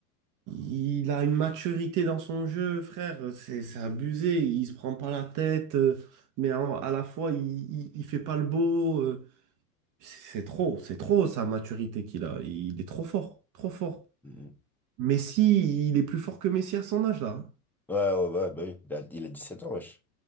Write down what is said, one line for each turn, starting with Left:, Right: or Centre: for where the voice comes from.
Right: Il a une maturité dans son jeu, frère. C'est, c'est abusé, il se prend pas la tête, euh, mais en- à la fois, il, il, il fait pas le beau. euh. C'est c'est trop, c'est trop sa maturité qu'il a. Il est trop fort, trop fort.
Centre: Mhm.
Right: Messi, il est plus fort que Messi à son âge, là.
Centre: Ouais, ouais, ouais, bah oui, il a, il a 17 ans, wesh.